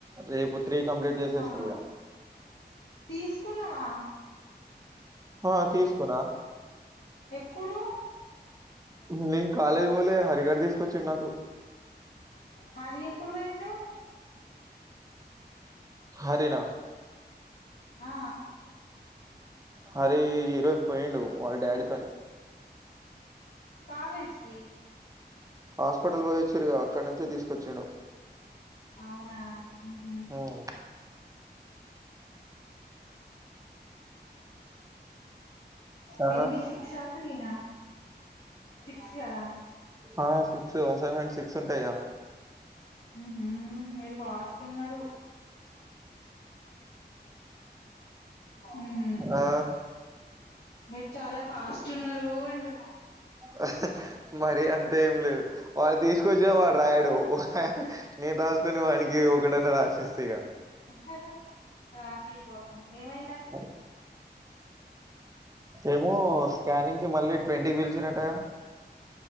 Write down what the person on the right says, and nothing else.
రేపు త్రీ కంప్లీట్ చేసేస్త
ఇగ
హా తీసుకున్నా
ప్చ్ నేను కాలేజీ పోలే హరి గాడు తీసుకొచ్చిండు నాకు
హరీ నా
హరి ఈరోజు పోయిండు వాళ్ళ డాడీ తోని
హాస్పిటల్ పోయి వచ్చిండ్రుగా అక్కడ నుంచే తీసుకొచ్చిండు
ఉమ్. ఆ
ఆ సిక్స్ అసైన్మెంట్ సిక్స్ ఉంటాయి గా
ఆ
హాహా మరి అంత ఏం లేదు వాడు తీసుకొచ్చిన వాడు రాయడు నేను రాసుకొని వానికి ఒక్కటి అన్నా రాసి ఇస్తా ఇగ
<unintelligible> ఏమో స్కానింగ్ కి మళ్ళీ ట్వంటీ కి పిలిచిండ్రంట కదా